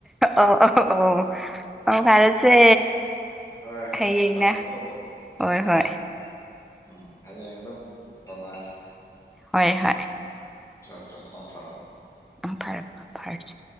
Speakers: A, in the centre; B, on the left.
A: ꯑ ꯑ ꯑꯣ ꯑꯣ ꯄꯥꯎ ꯐꯥꯔꯁꯦ
B: ꯍꯣꯌ ꯍꯣꯌ
A: ꯍꯌꯦꯡꯅ
B: ꯃꯛ ꯐꯁꯤ ꯀꯣ
A: ꯍꯣꯏ
B: ꯍꯣꯌ
A: ꯍꯣꯏ
B: ꯍꯣꯌ ꯎꯝ ꯍꯌꯦꯡ ꯑꯗꯨꯝ ꯇꯣꯃꯁ
A: ꯍꯣꯏ ꯍꯣꯏ
B: ꯆꯣ ꯆꯣ ꯃꯥ ꯐꯔꯣ
A: ꯑ ꯐꯔꯛ ꯐ ꯐꯔꯛꯁꯤ